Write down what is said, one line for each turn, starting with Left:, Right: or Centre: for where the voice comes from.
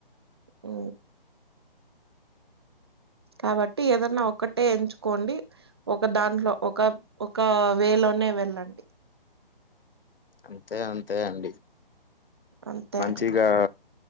Right: ఉ కాబట్టి ఏదన్నా ఒక్కటే ఎంచుకోండి ఒక దాంట్లో ఒక ఒక వే లోనే వెళ్ళండి
Left: అంతె అంతె అండి
Right: అంతే
Left: మంచిగా
Right: అండి